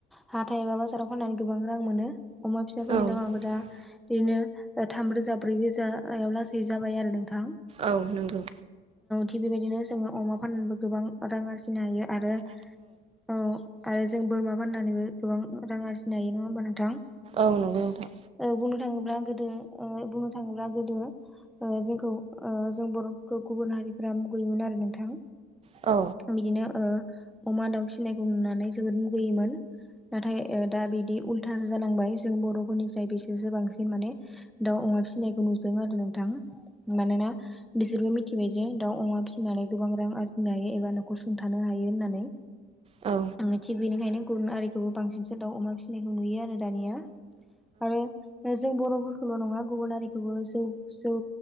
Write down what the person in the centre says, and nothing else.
हा थ एबा बाजाराव फाननानै गोबां रां मोनो अमा फिसाफोरनि
दामाबो
दा बिदिनो थामरोजा ब्रै रोजायाव लासै जाबाय आरो नोंथां
थिग बेबायदिनो जोङो अमा फाननानैबो गोबां रां आरजिनो हायो आरो औ आरो जों बोरमा फाननानैबो गोबां रां आरजिनो हायो नङा होमबा नोंथां
बुंनो थाङोब्ला गोदो बुंनो थाङोब्ला गोदो जोंखौ जों बर'फोरखौ गुबुन हारिफ्रा मुगैयोमोन आरो नोंथां
बिदिनो अमा दाउ फिसिनायखौ नुनानै जोबोद मुगैयोमोन नाथाय दा बिदि उल्थासो जालांबाय जों बर'फोरनिफ्राय बिसोरसो बांसिन माने दाउ अमा फिसिनायखौ नुदों आरो नोंथां मानोना बिसोरबो मिथिबाय जे दाउ अमा फिसिनानै गोबां रां आरजिनो हायो एबा न'खर सुंथानो हायो होननानै
आ थिग बेनिखायनो गुबुन आरिखौबो बांसिनसो दाउ अमा फिसिनायखौ नुयो आरो दानिया आरो जों बर'फोरखौल' नङा गुबुन हारिखौबो जौ जौ